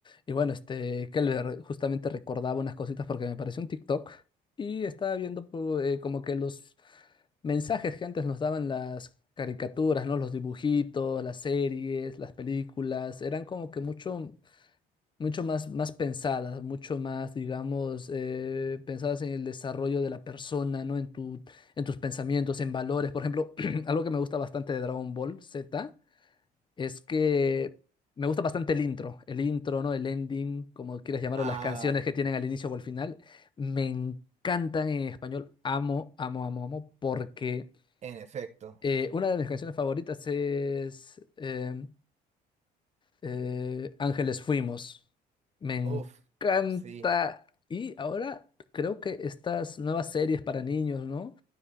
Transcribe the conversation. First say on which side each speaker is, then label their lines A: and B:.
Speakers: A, on the left (about 30°); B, on the right (about 40°).
A: Y bueno, este, que le re- justamente recordaba unas cositas porque me pareció un TikTok y estaba viendo pu- eh, como que los mensajes que antes nos daban las caricaturas, ¿no? Los dibujitos, las series, las películas, eran como que mucho, mucho más, más pensadas, mucho más, digamos, eh, pensadas en el desarrollo de la persona, ¿no? En tu, en tus pensamientos, en valores. Por ejemplo, <clears throat> algo que me gusta bastante de Dragon Ball Z es que me gusta bastante el intro, el intro, ¿no? El ending, como quieras llamarlo,
B: Ah,
A: las canciones que tienen al inicio o al final, me encantan en español, amo, amo, amo, amo, porque
B: en efecto.
A: eh, una de mis canciones favoritas es eh, eh, Ángeles Fuimos, me encanta
B: Uf, sí.
A: y ahora creo que estas nuevas series para niños, ¿no?